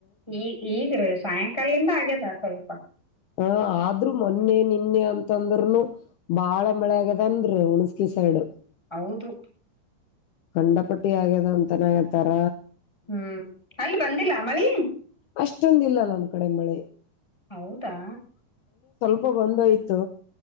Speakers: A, in the centre; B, on the left (about 75°).
A: ಈ ಈಗ್ರೀ ಸಾಯಂಕಾಲಿಂದ ಆಗ್ಯದ ಸ್ವಲ್ಪ
B: ಹ ಆದ್ರರು ಮೊನ್ನೆ ನಿನ್ನೆ ಅಂತಂದ್ರ್ನು ಬಾಳ ಮಳೆ ಆಗ್ಯದಂದ್ರೆ ಹುಣಸ್ಕ ಸೈಡ್
A: ಹೌದು
B: ಖಂಡಪಟ್ಟಿ ಆಗ್ಯದ ಅಂತನ ಹೇಳ್ತಾರ
A: ಹ್ಮ್ ಅಲ್ಲಿ ಬಂದಿಲ್ಲ ಮಳಿ
B: ಅಷ್ಟೊಂದ ಇಲ್ಲ ನಮ್ಮ್ ಕಡೆ ಮಳೆ
A: ಹೌದಾ
B: ಹಬ ಬಂದಯ್ತು